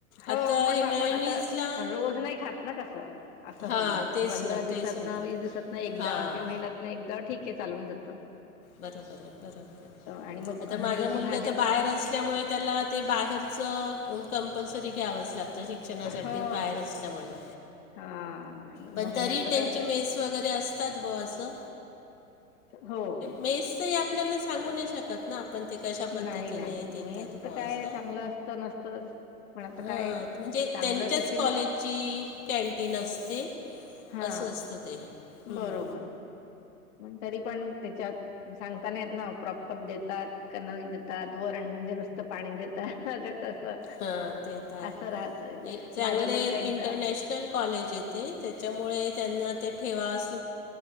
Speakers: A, on the left (about 50°); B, on the left (about 65°).
A: हो
B: आता
A: पण
B: हे
A: मग आपण
B: मेयोनीजला
A: आता रोज नाही खात ना कसं असं
B: हां
A: होऊन जात.
B: तेच
A: पंधरा
B: ना तेच
A: दिवसातन
B: ना.
A: वीस दिवसातन एकदा
B: हां
A: किंवा महिन्यातन एकदा ठीक आहे चालून जातं
B: बरोबर आहे बरोबर
A: आणि मग
B: आता माझा
A: हेल्दी
B: मुलगा
A: भाज्या
B: तर बाहेर
A: पण
B: असल्यामुळे, त्याला ते बाहेरचं कम्पलसरी घ्यावचं लागतं. शिक्षणासाठी
A: हो
B: बाहेर असल्यामुळे
A: हा नाही मग
B: पण
A: मी हे असं
B: त्यांचे
A: करते.
B: मेस वगैरे असतात बुवा असं
A: हो
B: मेसेच हे आपल्याला सांगू नाही शकत ना आपण ते कशा
A: नाही
B: पद्धतीने
A: नाही
B: देतात
A: मेस
B: बुवा
A: तर काय
B: असं
A: चांगलं असतं नसतंच. पण आता
B: हा
A: काय
B: म्हणजे
A: चांगलं
B: त्यांच्याच
A: टिफिन
B: कॉलेजची कॅन्टीन असते.
A: हा
B: असं असतं ते हम्म.
A: बरोबर पण तरी पण त्याच्यात सांगता नाही येत ना प्रॉपर देतात का नाही देतात वरण म्हणजे नुसतं पाणी देतात कसं
B: हा ते तर आहे
A: असं राहतय
B: चांगले
A: माझा मुलगा एकदा
B: इंटरनॅशनल कॉलेज ते त्याच्यामुळे त्यांना ते ठेवास